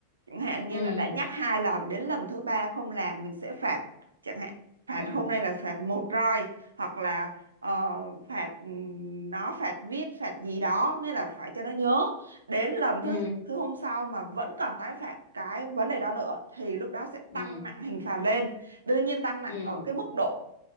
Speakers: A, on the right; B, on the left.
A: chẳng hạn
B: Ừ
A: như là đã nhắc hai lần đến lần thứ ba không làm mình sẽ phạt chẳng hạn phạt
B: ừ
A: hôm nay là phạt một roi hoặc là ờ, phạt ừm, nó phạt viết phạt gì đó nghĩa là phải cho nó nhớ đến lần
B: ừ
A: thứ thứ hôm sau mà vẫn còn tái phạm cái vấn đề đó nữa thì lúc đó sẽ
B: ừ
A: tăng nặng hình phạt lên đương nhiên tăng nặng
B: ừ
A: ở cái mức độ